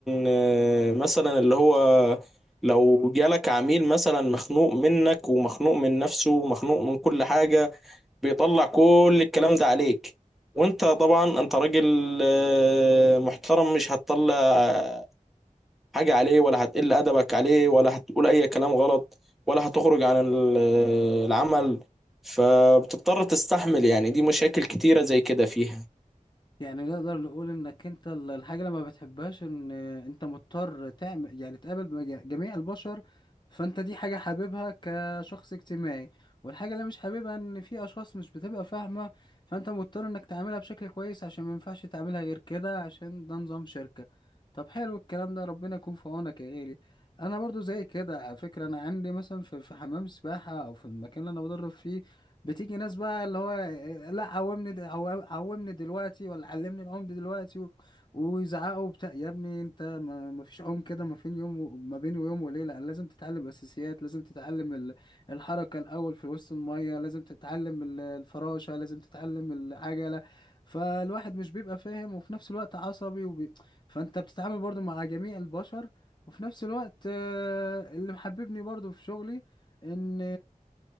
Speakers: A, in the centre; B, on the left.
A: آه، مثلا اللي هو لو جالك عميل مثلا مخنوق منك ومخنوق من نفسه ومخنوق من كل حاجة بيطلع كل الكلام ده عليك وانت طبعا انت راجل آه، محترم مش هتطلع آه، حاجة عليه ولا هتقل أدبك عليه ولا هتقول أي كلام غلط ولا هتخرج عن ال- آه، العمل فبتضطر تستحمل يعني دي مشاكل كتيرة زي كده فيها
B: يعني نقدر نقول انك انت ال- الحاجة اللي ما بتحبهاش ان انت مضطر تعمل يعني تقابل بج- جميع البشر فانت دي حاجة حاببها كشخص اجتماعي والحاجة اللي مش حاببها ان في اشخاص مش بتبقى فاهمة فانت مضطر انك تعملها بشكل كويس عشان ما ينفعش تعملها غير كده عشان ده نظام شركة طب حلو الكلام ده ربنا يكون في عونك يا غالي انا برضو زي كده على فكرة انا عندي مثلا في في حمام سباحة او في المكان اللي انا بدرب فيه بتيجي ناس بقى اللي هو إيه، لا قومني د- عو- قومني دلوقتي ولا علمني العوم دي دلوقتي و- ويزعقوا بتاع يا ابني انت ما ما فيش عوم كده ما فين يوم و- ما بين يوم وليله لازم تتعلم اساسيات لازم تتعلم ال- الحركه الاول في وسط الميه لازم تتعلم ال- الفراشه لازم تتعلم العجله فالواحد مش بيبقى فاهم وفي نفس الوقت عصبي وبي... فانت بتتعامل برضو مع جميع البشر وفي نفس الوقت آه، اللي محببني برضو في شغلي ان